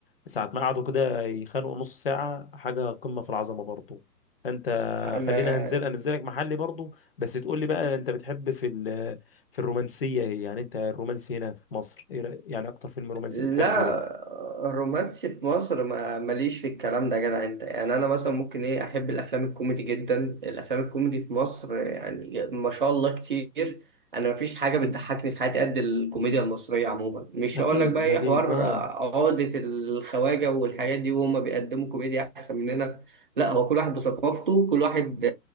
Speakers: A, on the left; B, on the right.
A: ساعه ما قعدوا كده يخانقوا نص ساعه حاجه قمه في العظمه برضو انت
B: انا
A: خلينا هنزل انزلك محلي برضو بس تقول لي بقى انت بتحب في ال... في الرومانسيه ايه يعني انت الرومانسي هنا في مصر ايه رأي- يعني اكتر فيلم رومانسي
B: لا
A: بتحبه ايه
B: الرومانسي في مصر ما ماليش في الكلام ده يا جدع انت يعني انا مثلا ممكن ايه احب الافلام الكوميدي جدا الافلام الكوميدي في مصر يعني ما شاء الله كتير انا مفيش حاجه بتضحكني في حياتي قد الكوميديا المصريه عموما مش
A: اكيد
B: هقول لك بقى ايه
A: اكيد
B: حوار
A: اه
B: عقده الخواجه والحاجات دي وهم بيقدموا كوميديا احسن مننا لا هو كل واحد بثقافته كل واحد